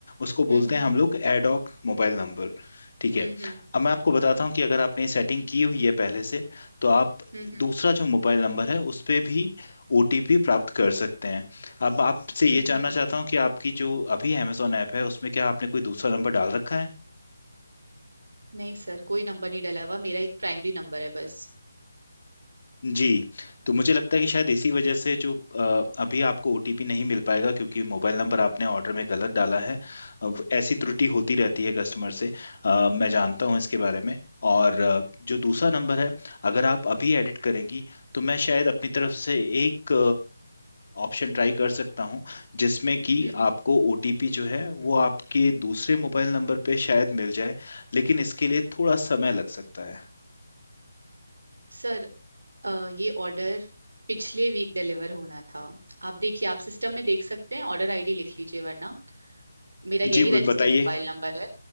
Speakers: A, on the left; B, on the right.
A: उसको
B: हम्म
A: बोलते
B: हम्म
A: हैं हम लोग एडॉक मोबाइल नंबर ठीक है
B: हम्म
A: अब मैं आपको बताता हूँ कि अगर आपने सेटिंग की हुई है पहले से तो आप
B: हम्म हम्म
A: दूसरा जो मोबाइल नंबर है उस पे भी ओटीपी प्राप्त कर सकते हैं अब आपसे ये
B: हम्म हम्म,
A: जानना
B: हम्म।
A: चाहता हूँ कि आपकी जो अभी अमेजोन ऐप है उसमें क्या आपने कोई दूसरा नंबर डाल रखा है
B: नहीं सर कोई नंबर नहीं डला हुआ मेरा एक प्राइमरी नंबर है बस
A: जी तो मुझे लगता है कि शायद इसी वजह से जो अ, अभी आपको ओटीपी नहीं मिल पाएगा क्योंकि मोबाइल नंबर आपने ऑर्डर में गलत डाला है अब ऐसी त्रुटि होती रहती है कस्टमर से अ, मैं जानता हूँ इसके बारे में और अ, जो दूसरा नंबर है अगर आप अभी एडिट करेंगी तो मैं शायद अपनी तरफ से एक ऑप्शन ट्राई कर सकता हूँ जिसमें कि
B: हम्म हम्म।
A: आपको ओटीपी जो है वो आपके दूसरे मोबाइल नंबर पे शायद मिल जाए लेकिन इसके लिए थोड़ा समय लग सकता है
B: सर अ, ये ऑर्डर पिछले वीक डिलीवर होना था आप देखिए आप सिस्टम में देख सकते हैं ऑर्डर आईडी लिख लीजिए वरना मेरा यही
A: जी ब-
B: रजिस्टर
A: बताइए
B: मोबाइल नंबर है